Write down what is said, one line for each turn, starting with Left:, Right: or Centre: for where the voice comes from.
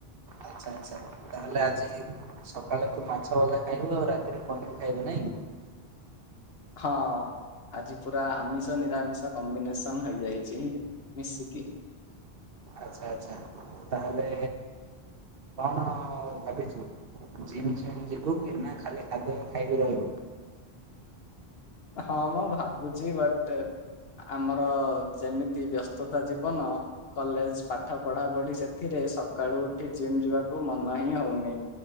Right: ଆଚ୍ଛା ଆଚ୍ଛା ତାହେଲେ ଆଜି ସକାଳେ ତୁ ମାଛ ଭଜା ଖାଇବୁ ଆଉ ରାତିରେ ପନିର ଖାଇବୁ ନାଇଁ।
Left: ହଁ। ଆଜି ପୁରା ଆମିଷ ନିରାମିଷ କମ୍ବିନେସନ ହେଇଯାଇଛି ମିଶିକି।
Right: ଆଛା ଆଛା ତାହେଲେ କଣ ଭାବିଛୁ ଜିମ୍ ଛିମ୍ ଯିବୁ କି ନା ଖାଲି ଖାଦ୍ୟ ଖାଇକି ରହିବୁ।
Left: ହଁ ମ ଭାବୁଛି ବଟ ଆମର ଯେମିତି ବ୍ୟସ୍ତତା ଜୀବନ କଲେଜ ପାଠ ପଢା ପଢି ସେଥିରେ ସକାଳୁ ଉଠି ଜିମ୍ ଯିବାକୁ ମନ ହିଁ ହଉନି।